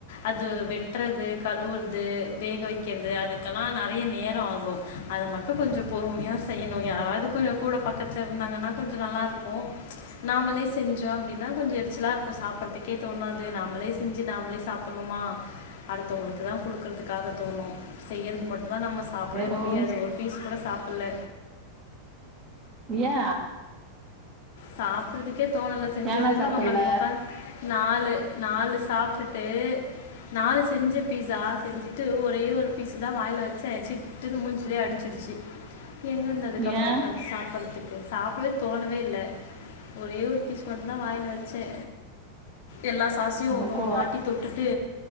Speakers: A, on the left (about 50°); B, on the right (about 20°).
A: அது வெட்றது கழுவுறது வேக வக்கிறது அதுக்கெல்லா நெறய நே ரோ ஆகு அத மட் டு கொஞ்சோ பொறுமையா செய்யணு யாராது கொஞ்சோ கூட பக்கத்ல இருந்தாங்கன்னா கொஞ்சோ நல்லாருக்கு ச் நாமளே செஞ்சோ அப்டின்னா கொஞ்சோ எரிச்சலா இருக்கு சாப்பற்துக்கே தோணாது நாமளே செஞ்சு நாமளே சாப்பணுமா அடுத்தவுங்களுக்கு தா குடுக்குறதுக்காக தோணு செய்யறது மட்டுந்தா நம்ம சாப்டவே
B: வேணவோ
A: முடியாது ஒரு பீஸ் கூட சாப்புல்ல
B: ஏ
A: சாப்புர்றதுக்கே தோணல செஞ்சதுன்
B: ஏனா சாப்பல்ல
A: நம்ம உக்காந் நாலு நாலு சாப்டுட்டு நாலு செஞ்ச பீஸா செஞ்சிட்டு ஒரே ஒரு பீஸு தா வாயில வெச்சே சிட்டுன்னு மூஞ்சிலயே அடிச்சிருச்சி எங்கருந்து அதுகப்றோ
B: ஏ
A: உக்காந்து சாப்புர்றதுக் கு சாப்டவே தோணவே இல்ல ஒரே ஒரு பீஸ் மட்டுந்தா வாயில வெச்சே எல்லா சாசையு <unintelligible>
B: உனக்கு
A: வாட்டி தொட்டுட்டு